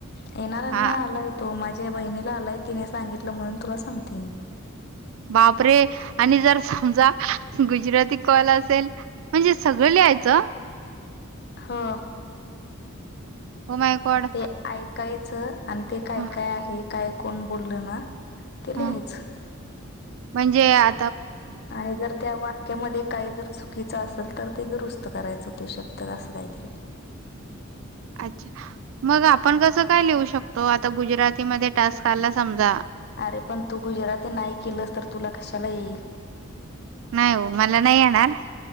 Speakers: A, on the left; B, on the right.
A: येणाऱ्यांना
B: हा
A: आला य तो माझ माझ्या बहिणीला आलाय तिने सांगितलं म्हणून तुला सांगते मी.
B: बापरे आणि जर समजा गुजराती कॉल असेल म्हणजे सगळे लिहा यच.
A: हो.
B: ओ माय गॉड
A: ते ऐकायचं आणि ते काय
B: ह
A: काय आहे काय कोण बोलल ना ते
B: ह
A: लिहायच.
B: म्हणजे आ
A: आणि जर त्या वाक्यामध्ये काही जर चुकीच असेल तर ते दुरुस्त करायचं तो शब्द असं काहीतरी.
B: अच्छा मग आपण कसं काय लिहू शकतो आता गुजरातीमध्ये टास्क आला समजा
A: अरे पण तू गुजराती नाही केलंस तर तुला कशाला येईल.
B: नाही हो मला नाही येणार.